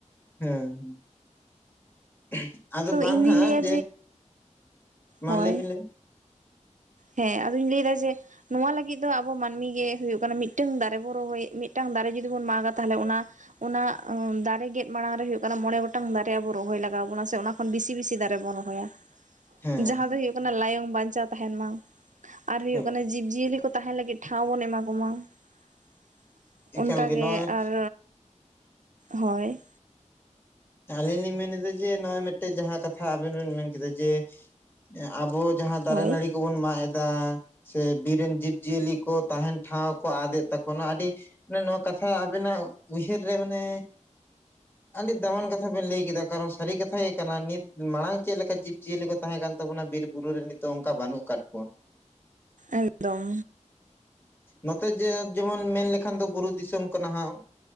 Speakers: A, on the left; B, on the right.
A: ᱦᱮᱸ <unintelligible> ᱟᱫᱚ ᱵᱟᱝ
B: ᱤᱧ ᱫᱩᱧ
A: ᱦᱟᱸᱜ
B: ᱞᱟᱹᱭᱟ
A: ᱡᱮ, ᱢᱟ‌
B: ᱦᱳᱭ
A: ᱞᱟᱹᱭ ᱵᱤᱱ ᱞᱟᱹᱭ ᱵᱤᱱᱼᱼ
B: ᱦᱮᱸ ᱟᱫᱚᱧ ᱞᱟᱹᱭ ᱮᱫᱟ ᱡᱮ, ᱱᱚᱣᱟ ᱞᱟᱹᱜᱤᱫ ᱫᱚ ᱟᱵᱚ ᱢᱟᱹᱱᱢᱤ ᱜᱮ ᱦᱩᱭᱩᱜ ᱠᱟᱱᱟ ᱢᱤᱫᱴᱟᱝ ᱫᱟᱨᱮ ᱵᱚᱱ ᱨᱚᱦᱚᱭ ᱢᱤᱫᱴᱟᱝ ᱫᱟᱨᱮ ᱡᱩᱫᱤ ᱵᱚᱱ ᱢᱟᱜᱟ ᱛᱟᱦᱚᱞᱮ ᱚᱱᱟ ᱚᱱᱟ ᱫᱟᱨᱮ ᱜᱮᱫ ᱢᱟᱲᱟᱝ ᱨᱮ ᱦᱩᱭᱩᱜ ᱠᱟᱱᱟ ᱢᱚᱬᱮ ᱜᱚᱴᱟᱝ ᱫᱟᱨᱮ ᱟᱵᱚ ᱨᱚᱦᱚᱭ ᱞᱟᱜᱟᱣ ᱵᱚᱱᱟ ᱥᱮ ᱚᱱᱟ ᱠᱷᱚᱱ ᱵᱮᱥᱤ ᱵᱮᱥᱤ ᱫᱟᱨᱮ ᱵᱚᱱ ᱨᱚᱦᱚᱭᱟ ᱾
A: ᱦᱮᱸ
B: ᱡᱟᱦᱟᱸ ᱫᱚ ᱦᱩᱭᱩᱜ ᱠᱟᱱᱟ ᱞᱟᱭᱚᱝ ᱵᱟᱧᱪᱟᱣ ᱛᱟᱦᱮᱱ ᱢᱟ ᱾ ᱟᱨ ᱦᱩᱭᱩᱜ
A: ᱦᱮᱸ
B: ᱠᱟᱱᱟ ᱡᱤᱵᱽ ᱡᱤᱭᱟᱹᱞᱤ ᱠᱚ ᱛᱟᱦᱮᱱ ᱞᱟᱹᱜᱤᱫ ᱴᱷᱟᱶ ᱵᱚᱱ ᱮᱢᱟ ᱠᱚᱢᱟ ᱾
A: ᱮᱠᱟᱞ
B: ᱚᱱᱠᱟ ᱜᱮ
A: ᱱᱚᱜᱼᱚᱭ
B: ᱟᱨ ᱦᱳᱭ ᱾
A: ᱟᱞᱤᱧ ᱞᱤᱧ ᱢᱮᱱᱮᱫᱟ ᱡᱮ ᱱᱚᱜᱼᱚᱭ ᱢᱤᱫᱴᱮᱡ ᱡᱟᱦᱟᱸ ᱠᱟᱛᱷᱟ ᱟᱵᱮᱱ ᱵᱮᱱ ᱢᱮᱱ ᱠᱮᱫᱟ ᱡᱮ ᱟᱵᱚ ᱡᱟᱦᱟᱸ ᱫᱟᱨᱮ
B: ᱦᱳᱭ
A: ᱱᱟᱹᱲᱤ ᱠᱚᱵᱚᱱ ᱢᱟᱜ ᱮᱫᱟ ᱥᱮ ᱵᱤᱨ ᱨᱮᱱ ᱡᱤᱵᱽ ᱡᱤᱭᱟᱹᱞᱤ ᱠᱚ ᱛᱟᱦᱮᱱ ᱴᱷᱟᱶ ᱠᱚ ᱟᱫ ᱮᱜ ᱛᱟᱠᱚᱱᱟ ᱟᱹᱰᱤ ᱢᱟᱱᱮ ᱱᱚᱣᱟ ᱠᱟᱛᱷᱟ ᱟᱵᱮᱱᱟᱜ ᱩᱭᱦᱟᱹᱨ ᱨᱮ ᱢᱟᱱᱮ ᱟᱹᱰᱤ ᱫᱟᱢᱟᱱ ᱠᱟᱛ ᱛᱷᱟ ᱵᱮᱱ ᱞᱟᱹᱭ ᱠᱮᱫᱟ ᱠᱟᱨᱚᱱ ᱥᱟᱹᱨᱤ ᱠᱟᱛᱷᱟ ᱜᱮ ᱠᱟᱱᱟ ᱱᱤᱛ ᱢᱟᱲᱟᱝ ᱪᱮᱫ ᱞᱮᱠᱟ ᱡᱤᱵᱽ ᱡᱤᱭᱟᱹᱞᱤ ᱠᱚ ᱛᱟᱦᱮᱸ ᱠᱟᱱ ᱛᱟᱵᱚᱱᱟ ᱵᱤᱨ ᱵᱩᱨᱩ ᱨᱮ ᱱᱤᱛ ᱚᱱᱠᱟ ᱵᱟᱹᱱᱩᱜ ᱟᱠᱟᱫ ᱠᱚᱣᱟ
B: ᱮᱠᱫᱚᱢᱼᱼ
A: ᱱᱚᱛᱮ ᱡᱮ ᱡᱮᱢᱚᱱ ᱢᱮᱱ ᱞᱮᱠᱷᱟᱱ ᱫᱚ ᱵᱩᱨᱩ ᱫᱤᱥᱚᱢ ᱠᱟᱱᱟ ᱦᱟᱸᱜ